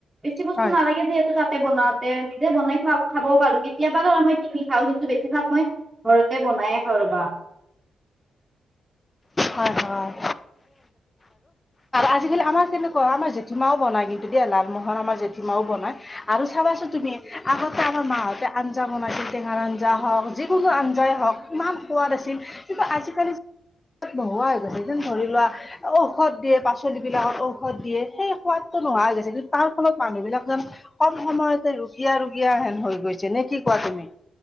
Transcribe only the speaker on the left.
হয়
হয় হয়। আজিকি আমাৰ কেনেুৱা হয় আমাৰ জেঠীমাও বনাই কিন্তু দিয় লালমোহন আমাৰ জেঠীমা। বনাই আৰু চাবাচো তুমি আগতে আমাৰ মাহঁতে আঞ্জা বনাইছিল টেঙাৰ আঞ্জা হওক যি। কিনো আঞ্জাই হওক ইমান সোৱাদ আছিল কিন্তু আজি কালি। নহোৱা হৈ গৈছে যেন ধৰি লোৱা ঔষধ দিয়ে পাচলিব বিলাকত ঔষধ দিয়ে সেই সোৱাদ। নোহোৱা হৈ গৈছে কিন্তু টান ফলত মানুহ বিলাক যেন কম সময়তে ৰোগীয়া গীয়া হেন হৈ গৈছে নে কি কোৱা। তুমি।